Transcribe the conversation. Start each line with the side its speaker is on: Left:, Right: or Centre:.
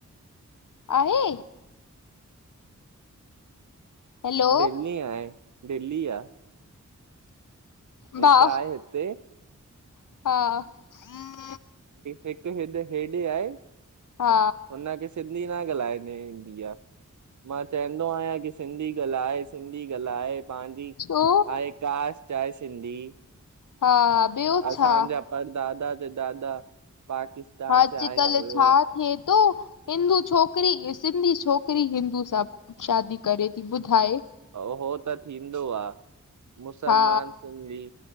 Left: आहे हैलो
Right: दिल्ली आहे दिल्ली आहे हिक
Left: भाउ
Right: आहे हिते
Left: हा
Right: हिकु हिड हेॾे आहे
Left: हा
Right: हुन खे सिंध <unintelligible> सिंधी न ॻाल्हाइण इंदी आ <unintelligible> मां चेंदो आहियां की सिंधी ॻल्हाए सिंधी ॻल्हाए। पंहिंजी
Left: छो
Right: आहे कास्ट आहे सिंधी।
Left: हा ॿियो
Right: असांजा
Left: छा
Right: परदाादा जा दादा पाकिस्तान
Left: अॼकल
Right: से आया हुयो
Left: छा थिए तो। हिंदू छोकिरी सिंधी छोकिरी हिंदू सां शादी करे थी ॿुधाए।
Right: हो त थींदो आ मुसलमान
Left: हा
Right: सिंधी।